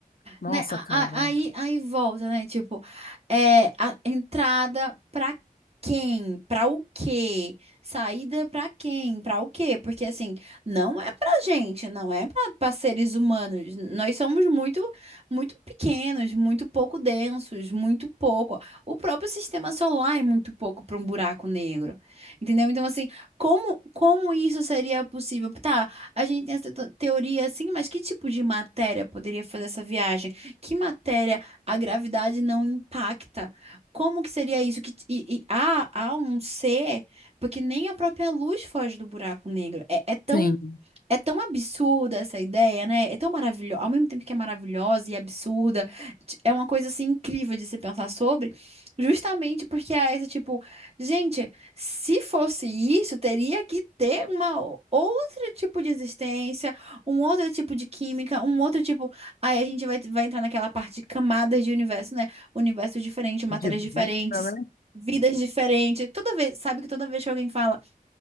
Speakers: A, on the left; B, on the right.
A: Nossa,
B: né? a-
A: cara.
B: a- Aí, aí volta, né? Tipo, é, a entrada pra quem? Pra o quê? Saída pra quem? Pra o quê? Porque assim, não é pra gente, não é pra, pra seres humanos. Nós somos muito, muito pequenos, muito pouco densos, muito pouco. O próprio sistema solar é muito pouco pra um buraco negro. Entendeu? Então, assim, como, como isso seria possível? Tá, a gente tem essa te- teoria assim, mas que tipo de matéria poderia fazer essa viagem? Que matéria a gravidade não impacta? Como que seria isso? Que, e, e há, há um ser, porque nem a própria luz foge do buraco negro. É, é tão
A: Sim.
B: é tão absurda essa ideia, né? É tão maravilhosa. Ao mesmo tempo que é maravilhosa e absurda, t- é uma coisa assim incrível de se pensar sobre, justamente porque é esse tipo, gente, se fosse isso, teria que ter uma o- outro tipo de existência, um outro tipo de química, um outro tipo. Aí a gente vai, vai entrar naquela parte de camadas de universo, né? Universo diferente, matérias
A: é De
B: diferentes.
A: vida, né?
B: Vidas diferentes. Toda vez, sabe que toda vez que alguém fala